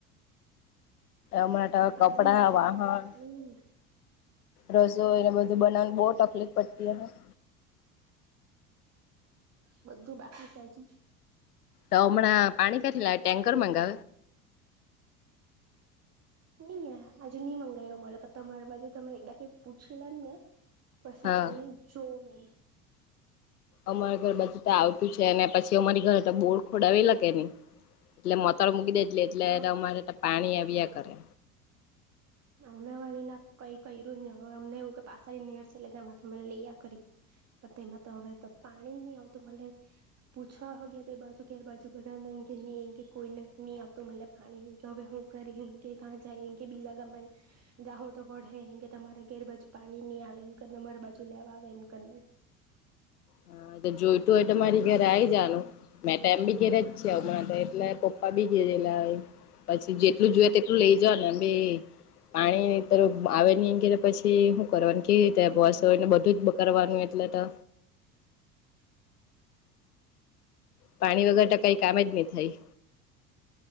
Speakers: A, on the left (about 80°); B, on the right (about 35°).
A: હમણાં તો
B: પાણી
A: કપડા
B: નથી
A: વાહણ
B: આવતું મને પાણી <unintelligible>
A: રસોઈને બધું બનાવને બો તકલીફ પડતી અહે
B: બધું બાકી સાજુ
A: તોમણા પાણી કથી લાવે ટેન્કર મગાવે?
B: નહી આજે નઈ મંગાવયો પણ તમારી બાજુ તમે એકદા કઈ પૂછી લમ ને પછી
A: હા
B: ચાલને જોઉ મે.
A: અમારા ઘર બાધું તો આવતું છે, અને પછી અમારી ઘરે તો બોર ખોડાવે લા કે નહી એટલે મોતર મૂકી દે એટલે
B: હા હા
A: અમારે પાણી આવ્યા કરે.
B: અમે અમેરી ના કઈ કર્યું જ નહિ હવે અમને એવું કે પાછળની નેર છે એ માંથી મને લઈયા કરી પણ તેમાં તો હવે તો પાણી નહી આવતું મલે પૂછવાગયા હો ગયા તે બાજુ ગેર બાજુ બધા ન કોઈ ને ની આવતો મલે પાણી હવે હું કર કેં કા જાય કે બીજા ગા મા જાઉ તો પણે કે તમારે ગેર બાાજુ પાણી નહી આવે એમ કરીને અમારા બાજુ લેવા આવે એમ કરીને <inaudible>
A: હા જોઈતું હોય તો મારી ઘરે આવી જાનું મેં એમ બી ઘરે જ છે એટલે તો હમણાં તો પપ્પા બી ઘેરે લા હોય પછી જેટલું જોયે તેટલું લઈ જાવ ને એમ બી પાણી તોર આવે ની એમ કે તો પછી શું કરવાનું કેવી રીતે રસોઈને બધું જ કરવાનું એટલે તો
B: <inaudible> <inaudible>
A: પાણી વગર તો કઈ કામ જ નહી થાય